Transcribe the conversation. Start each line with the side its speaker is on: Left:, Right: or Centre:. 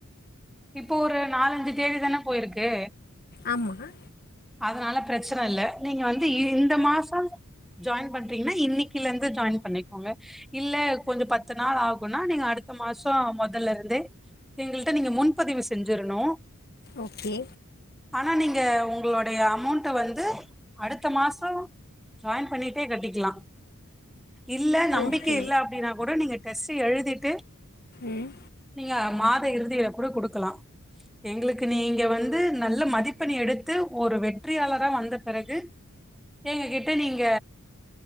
Centre: இப்போ ஒரு நாலஞ்சு தேதி தான போயிருக்கு
Left: ஆமாங்க
Centre: அதனால பிரச்சனயில்ல நீங்க வந்து இந்த மாசம் ஜாயின் பண்றீங்னா இன்னிக்கில இருந்து ஜாயின் பண்ணிக்கோங்க இல்ல கொஞ்சோ பத்து நாள் ஆகுனா நீங்க அடுத்த மாசோ முதல்ல இருந்தே எங்கள்ட்ட நீங்க முன்பதிவு செஞ்சிறணு
Left: ஓகே
Centre: ஆனா நீங்க உங்களோடைய அமௌண்ட்ட வந்து அடுத்த மாசோ ஜாயின் பண்ணிட்டே கட்டிக்கலா இல்ல நம்பிக்க
Left: ஓகே
Centre: இல்ல அப்டின்னா கூட நீங்க டெஸ்டு எழுதிட்டு
Left: ம்
Centre: நீங்க மாத இறுதியில கூட குடுக்கலா எங்களுக்கு நீங்க வந்து நல்ல மதிப்பெண் எடுத்து ஒரு வெற்றியாளரா வந்த பிறகு எங்க கிட்ட நீங்க